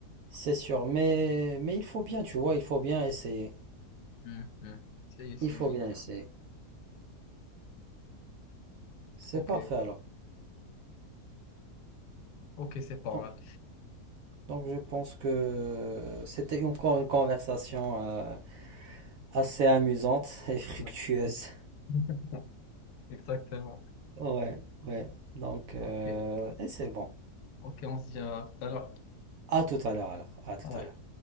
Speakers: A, on the right; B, on the left.
A: C'est sûr, mais, mais il faut bien, tu vois, il faut bien essayer.
B: Hum, hum. C'est, c'est
A: Il faut
B: unique.
A: bien essayer.
B: hein.
A: C'est
B: Ok,
A: parfait alors.
B: ok, c'est pas
A: Bon.
B: mal.
A: Donc je pense que c'était encore une conversation euh, assez amusante <laughs> et fructueuse.
B: Ouais. <laughs> Exactement.
A: Ouais, ouais. Donc, euh,
B: Ok,
A: et c'est bon.
B: ok, on se dit à tout à l'heure.
A: À tout à l'heure alors. À tout
B: Allez.
A: à l'heure.